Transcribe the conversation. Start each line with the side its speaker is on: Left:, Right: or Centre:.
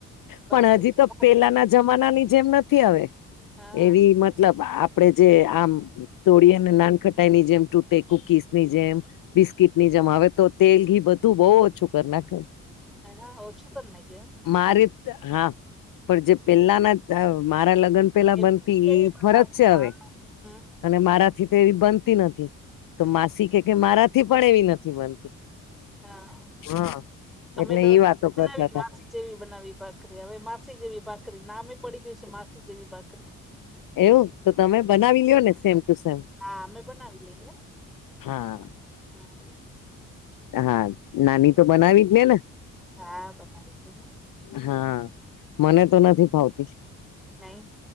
Centre: ભાખરી
Left: પણ હજી તો પેલાના જમાના ની જેમ હવે
Centre: હા
Left: એવી મ મતલબ આપડે જે આમ તોડી અને નાન ખટાઈની જેમ તૂટે કુકીસ ની જેમ બિસ્કીટ ની જેમ હવે તો તેલ ઘી બધું બહુ ઓછું કરી નાખે.
Centre: <unintelligible> ઓછું કરી નાખ્યું એમ.
Left: મારે હા પણ જે પેલાના મારા લગ્ન પેલા
Centre: એમ
Left: બનતી
Centre: કેવી બનાવ
Left: ફરક છે
Centre: હા
Left: હવે.
Centre: હમ
Left: અને મારા થી તો એવી બનતી નથી તો માસી કે કે મારા થી પણ એવી નથી બનતી.
Centre: હા
Left: હા
Centre: અમે
Left: એટલે
Centre: તો
Left: એ વાતો કરતા
Centre: બનાવી
Left: હતા
Centre: માસી જેવી બનાવી ભાખરી હવે માસી જેવી ભાખરી નામે પડી ગયું છે માસી જેવી ભાખરી
Left: એવું તો તમે બનાવી લ્યો ને સેમ ટુ સેમ.
Centre: હા અમે બનાવી લઈએ
Left: હા
Centre: હમ
Left: હા નાની તો બનાવી જ ને.
Centre: હા બનાવી <unintelligible> ને.
Left: હા મને તો નથી ફાવતી.
Centre: નહી.